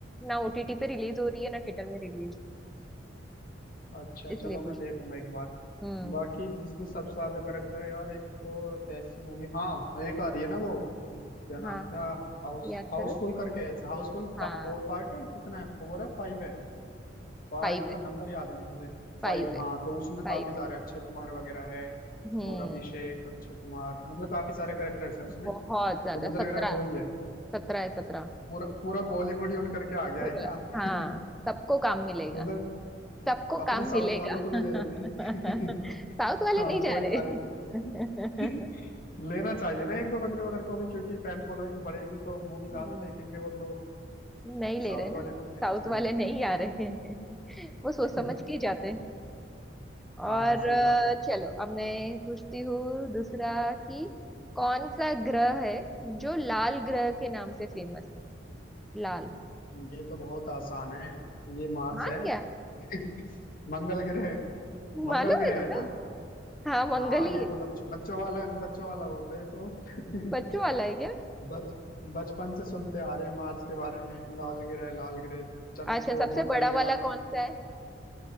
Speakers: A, in the centre; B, on the left (about 50°).
A: ना ओटीटी पे रिलीज हो रही है ना थिएटर में रिलीज
B: अच्छा
A: इसलिए
B: चलो
A: पूछ
B: मैं देखूंगा
A: रही
B: एक बार
A: थी। हम्म
B: बाकी जिसमें सबसे ज्यादा करेक्टर है यार एक तो ऐसी मूवी हाँ एक आ रही है ना वो क्या नाम
A: हाँ
B: था
A: हाँ
B: हाउस
A: याद
B: हाउसफुल
A: करो
B: करके है हाउसफुल
A: हाँ
B: फोर पार्ट है कितना है फोर है फाइव है पार्ट
A: फाइव है
B: का नंबर याद नहीं मुझे
A: फाइव
B: फाइव
A: है
B: हाँ तो उसमें
A: फाइव
B: काफी सारे
A: है
B: अक्षय कुमार वगैरह है
A: हम्म
B: और अभिषेक अक्षय कुमार मतलब काफी सारे करेक्टर्स हैं उसमें
A: बहुत
B: तो
A: ज्यादा
B: मुझे
A: सत्रह
B: लग रहा है वो ही है
A: सत्रह है सत्रह
B: पूरा पूरा बॉलीवुड ही उठ करके आ गया
A: पूरा
B: है क्या <laughs>
A: हाँ सबको काम मिलेगा
B: उधर
A: सबको
B: अपने
A: काम
B: साउथ
A: मिलेगा
B: वालों को भी ले लेते हैं
A: <laughs>
B: <laughs>
A: साउथ वाले
B: हाँ
A: नहीं
B: कोई
A: जा
B: खाली नहीं बैठेगा
A: रहे <laughs>
B: <laughs> लेना चाहिए ना एक दो बंदे उधर को भी क्योंकि फैन फॉलोइंग बढ़ेगी तो मूवी ज्यादा
A: हम्म
B: देखेंगे और लोग
A: नहीं ले
B: साउथ
A: रहे ना
B: वाले को भी लेना
A: साउथ
B: चाहिए
A: वाले
B: था
A: नहीं आ रहे हैं <laughs> वो सोच
B: <laughs>
A: समझ के ही जाते हैं और
B: हाँ सही
A: अ,
B: बात है
A: चलो अब मैं पूछती हूँ दूसरा कि कौन सा ग्रह है जो लाल ग्रह के नाम से फेमस है लाल
B: ये तो बहुत आसान है ये मार्स
A: हाँ
B: है
A: क्या
B: <laughs> मंगल ग्रह मंगल
A: मालूम
B: ग्रह
A: है तुम्हें
B: है ना
A: हाँ मंगल
B: हाँ
A: ही
B: ये
A: है
B: तो बच्चों बच्चों वाला बच्चों वाला होता है ये तो <laughs>
A: बच्चों वाला है क्या
B: बच बचपन से सुनते आ रहे हैं मार्स के बारे में लाल ग्रह लाल ग्रह चंद
A: अच्छा
B: वो
A: सबसे
B: मंगलयान
A: बड़ा वाला कौन सा है